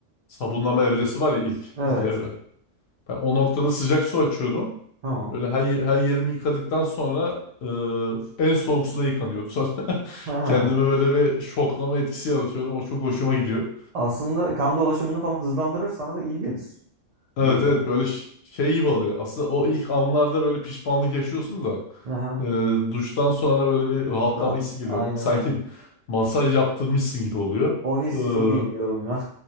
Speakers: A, on the left; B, on the right.
A: sabunlama evresi var ya ilk
B: Evet,
A: ilk evre. Ben o noktada sıcak su açıyorum.
B: tamam.
A: Böyle her, ye- her yerimi yıkadıktan sonra e, en soğuk suda yıkanıyorum. <laughs> Sonra
B: Ha.
A: kendime böyle bir şoklama etkisi yaratıyorum. O çok hoşuma gidiyor.
B: Aslında kan dolaşımını falan hızlandırırsan da iyi gelir
A: Evet
B: bir yönden.
A: evet böyle ş- şey gibi oluyor. Aslında o ilk anlarda böyle pişmanlık yaşıyorsun da
B: Aha,
A: e, duştan sonra böyle bir rahatlama
B: rahat.
A: hissi geliyor.
B: Aynen
A: Sanki
B: aynen.
A: masaj yaptırmışsın gibi oluyor.
B: O hissi çok iyi biliyorum
A: E,
B: ya.